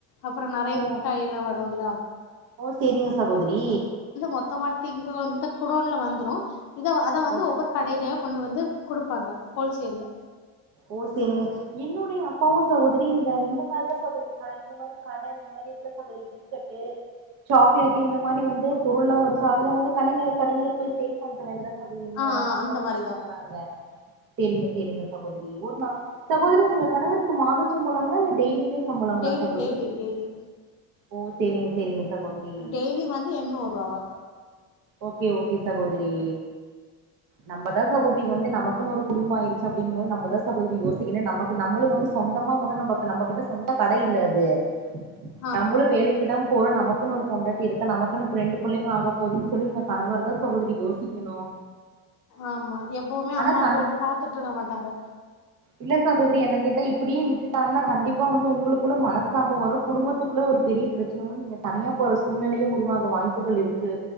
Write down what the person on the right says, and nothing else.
ஓ
ஓ செரிங்க சகோதிரி
ஓ
ஓ சேரிங்க என்னுடைய அப்பாவும் சகோதரி இந்த இந்த மாரிதா சகோதரி மாதிரி கடை இந்த மாதிரி இருக்குல சகோதரி பிஸ்கட்டு சாக்லேட் இந்த மாதிரி வந்து பொருள் எல்லா வரு அதெலா வந்து கடைளுக்கு கடைளுக்கு போய் சேல் பண்ற வேலைதா என்னோட
அப்பாவுமே
பாக்குறாங்க சேரிங்க சேரிங்க சகோ தரி ஒர் நா சகோதரி உங்க கணவருக்கு மாதச்சம்பொலங்களா இல்ல டெய்லியுமே சம்பளங்களா
சகோதரி
ஓ சேரிங்க சேரிங்க சகோதரி
ஓகே ஓகே சகோதரி நம்மதா சகோதரி வந்து நமக்குன்னு ஒரு குடும்போ ஆயிருச்சு அப்டிங்கு போது நம்மதா சகோதரி யோசிக்கனு நமக்கு நம்மளு வந்து சொந்தமா ஒண்ணு நமக்கு நம்ம கிட்ட சொந்த கட இல்ல அது
நம்மளு வேலைக்கு தா போற நமக்குன்னு ஒரு பொண்டாட்டி இருக்கு நமக்குன்னு ரெண்டு பிள்ளங்க ஆக போது சொல்லுங்க கணவர் தா சகோதரி யோசிக்கணு
ஆனா
கண
இல்ல சகோதரி என்ன கேட்டா இப்படியு விட்டுட் டார்னா கண்டிப்பா வந்து உங்களுக்கு கூட மனஸ்தாபோ வரு குடும்பத்துக் குள்ள ஒரு பெரிய பிரச்சன வரு நீங்க தனியா போற சூழ்நிலயே உருவாக வாய்ப்புகள் இருக்கு